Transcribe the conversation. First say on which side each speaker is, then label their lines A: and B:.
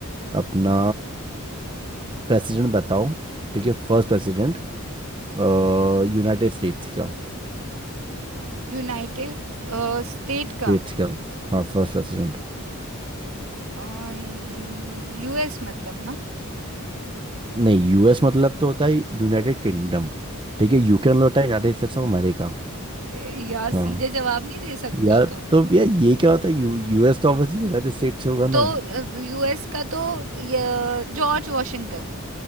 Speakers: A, on the right; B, on the right.
A: अपना प्रेसिडेंट बताओ ठीक है फर्स्ट प्रेसिडेंट यूनाइटेड स्टेट्स का
B: यूनाइटेड अ, स्टेट
A: स्टेट्स
B: का
A: का हाँ फर्स्ट प्रेसिडेंट
B: अ, यूएस मतलब ना?
A: नहीं यूएस मतलब तो होता है यूनाइटेड किंगडम ठीक है यूके मतलब होता है यूनाइटेड स्टेट्स ऑफ अमेरिका
B: अरे यार! सीधे
A: हाँ
B: जवाब नहीं दे सकते
A: यार
B: हो तुम।
A: तो यार ये क्या होता है यू यूएस तो ऑब्वियसली यूनाइटेड स्टेट्स से होगा ना
B: तो अ, यूएस का तो य जॉर्ज वाशिंगटन।